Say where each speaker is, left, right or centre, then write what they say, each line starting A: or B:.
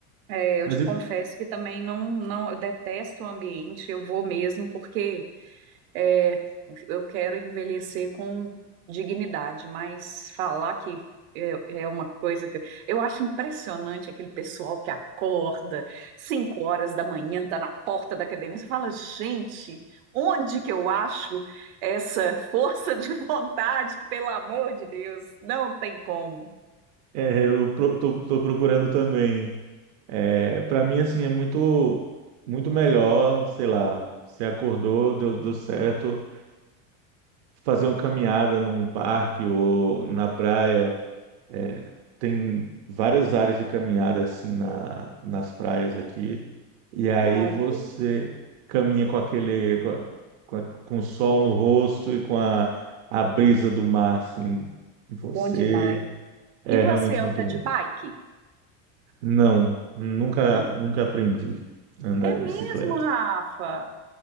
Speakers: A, on the right; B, on the right.
A: É, eu
B: Mas
A: te
B: eu,
A: confesso que também não, não, eu detesto o ambiente, eu vou mesmo porque é, eu quero envelhecer com dignidade, mas falar que é, é uma coisa que eu acho impressionante aquele pessoal que acorda cinco horas da manhã, tá na porta da academia, você fala, gente, onde que eu acho essa força de vontade que, pelo amor de Deus, não tem como.
B: é, eu pro, tô, tô procurando também. É, para mim, assim, é muito, muito melhor, sei lá, se acordou, deu, deu certo, fazer uma caminhada num parque ou na praia, É, tem várias áreas de caminhada assim na, nas praias aqui. E aí
A: Ai,
B: você
A: que
B: caminha com aquele com, a- com a- com o sol no rosto e com a, a brisa do mar assim em você.
A: bom demais.
B: É
A: E você
B: realmente
A: anda
B: muito bom.
A: de bike?
B: Não, nunca
A: Não
B: nunca aprendi a andar
A: É
B: de
A: mesmo,
B: bicicleta.
A: Rafa?